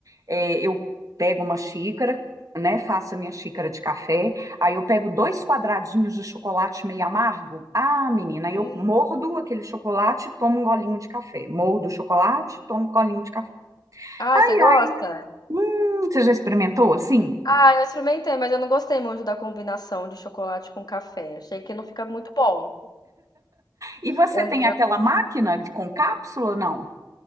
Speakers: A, on the right; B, on the left.
A: é, eu pego uma xícara, né, faço a minha xícara de café, aí eu pego dois quadradinhos de chocolate meio amargo. Ah, menina, aí
B: Hum.
A: eu mordo aquele chocolate e tomo um golinho de café. Mordo o chocolate, tomo um golinho de café.
B: Ai,
A: Ai,
B: você gosta?
A: ai, hum, você já experimentou assim?
B: Ah, eu experimentei, mas eu não gostei muito da combinação de chocolate com café. Achei que não fica muito bom.
A: E você
B: Eu, eu-
A: tem aquela máquina de- com cápsula, não?